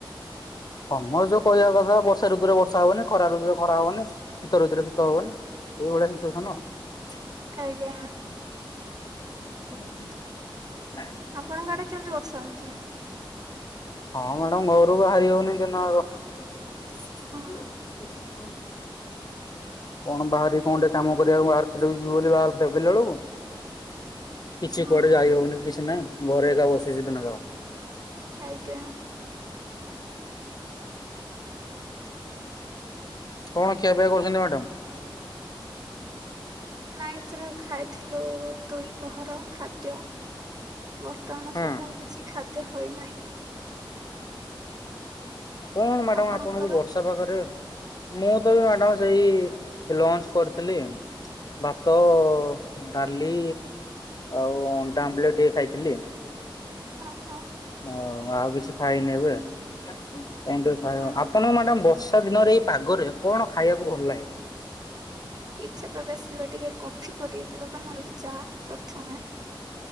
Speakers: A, on the left; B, on the right.
A: ତମର ଯୋଉ କହିବା କଥା ବର୍ଷାଋତୁରେ ବର୍ଷା ହବନି ଖରା ଋତୁରେ ଖରା ହବନି ଶୀତ ଋତୁରେ ରେ ଶୀତ ହବନି। ଏଇ ଭଳିଆ ସିଚ୍ୟୁଏସନ୍।
B: ଆଜ୍ଞା।
A: <inaudible>
B: ଆପଣଙ୍କ ଆଡ଼େ କେମିତି ବର୍ଷା ହେଉଛି?
A: ହଁ ମ୍ୟାଡ଼ାମ୍ ଘରୁ ବାହାରି ହଉନି ଦିନ ଯାକ। <inaudible>
B: ହଁ
A: କଣ ବାହାରି କଣ ଟେ କାମ କରିବାକୁ ବାହାରି <unintelligible> ଯିବୁ ବୋଲି ବାହାରି ଥିଲା ବେଳକୁ କିଛି
B: ହଁ
A: କୁଆଡ଼େ ଯାଇ ହଉନି କିଛି ନାଇଁ ଘରେ ଏକା ବସିଚି ଦିନ ଯାକ।
B: ଆଜ୍ଞା।
A: ହ କଣ ଖିଆପିଆ କରୁଚନ୍ତି ମ୍ୟାଡ଼ାମ୍?
B: ନାଇ ଯାହା ଖାଇଥିଲୁ ଦୁଇ ପହର ଖାଦ୍ୟ। ବର୍ତ୍ତମାନ
A: ହଁ
B: ସୁଦ୍ଧା କିଛି ଖାଦ୍ୟ ହୋଇନାହିଁ।
A: କଣ ମ୍ୟାଡ଼ାମ୍
B: ଆପଣଙ୍କର
A: ଆପଣଙ୍କୁ ବର୍ଷ ପାଗରେ ମୁଁ ତ ବି ମ୍ୟାଡ଼ାମ୍ ସେଇ ଲଞ୍ଚ କରିଥିଲି। ଭାତ, ଡ଼ାଲି ଆଉ ଅଣ୍ଡା ଆମ୍ବଲେଟ୍ ଟିକେ ଖାଇଥିଲି।
B: ହଁ ହଁ।
A: ହଉ ଆଉ କିଛି ଖାଇନି ଏବେ <unintelligible>
B: ହୁଁ
A: ଆପଣ ମ୍ୟାଡ଼ାମ୍ ବଷ ବର୍ଷା ଦିନରେ ଏଇ ପାଗରେ କଣ ଖାଇବାକୁ ଭଲ ଲାଗେ?
B: ଇଚ୍ଛା ତ ବେଶୀ ହୁଏ ଟିକେ କଫି କରିକି ପିଇବା ପାଇଁ ନହେଲେ ଚା। ପ୍ରଥମେ